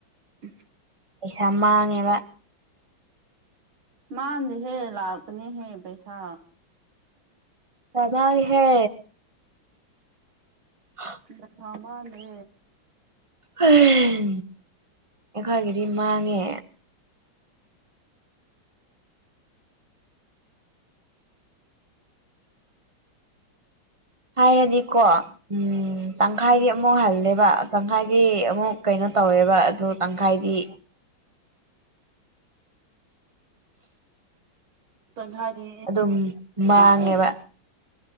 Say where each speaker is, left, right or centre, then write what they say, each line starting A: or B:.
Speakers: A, on the right (about 90°); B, on the right (about 25°).
A: ꯎꯝ
B: ꯄꯩꯁꯥ ꯃꯥꯡꯉꯦꯕꯥ
A: ꯃꯥꯥꯟꯗꯦꯍꯦ ꯂꯥꯛꯄꯅꯤꯍꯦ ꯄꯩꯁꯥ
B: ꯇꯕꯥꯏꯍꯦ ꯍ
A: ꯖꯊꯨꯋꯥ ꯃꯥꯡꯒ꯭ꯔꯦ
B: ꯍꯩ ꯑꯩꯈꯣꯏꯒꯤꯗꯤ ꯃꯥꯡꯉꯦ ꯍꯥꯏꯔꯗꯤꯀꯣ ꯎꯝ ꯇꯪꯈꯥꯏꯗꯤ ꯑꯃꯨꯛ ꯍꯜꯂꯦꯕ ꯇꯪꯈꯥꯏꯗꯤ ꯑꯃꯨꯛ ꯀꯩꯅꯣ ꯇꯧꯋꯦꯕ ꯑꯗꯨ ꯇꯪꯈꯥꯏꯗꯤ
A: ꯇꯪꯈꯥꯏꯗꯤ
B: <inaudible> ꯑꯗꯨꯝ ꯃꯥꯡꯉꯦꯕ
A: ꯂꯥꯛꯑꯦ